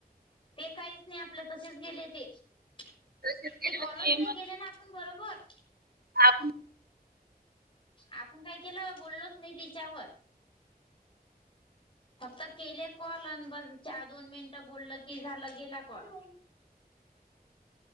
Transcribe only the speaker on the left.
ते काहीच नाही आपलं तसेच गेले ते ते
कॉलस नाही गेले ना? पण बरोबर
आपण काय केलं बोललोच नाही तिच्यावर फक्त केले कॉल अ बस चार दोन मिनिटं बोलल की झालं गेला कॉल